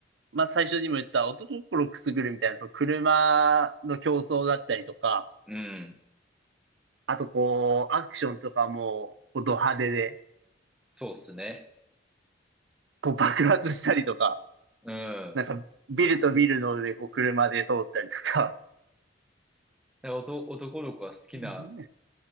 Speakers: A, on the right (about 80°); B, in the centre.
A: う、まあ、最初にも言った男心くすぐるみたいな、その車の競争だったりとか、
B: うん。
A: あとこう、アクションとかも、こう、ド派手で、
B: そうっすね。
A: こう、爆発したりとか、
B: うん。
A: なんか、ビルとビルの上、こう、車で通ったりとか。
B: なんかおと男の子が好きな
A: うん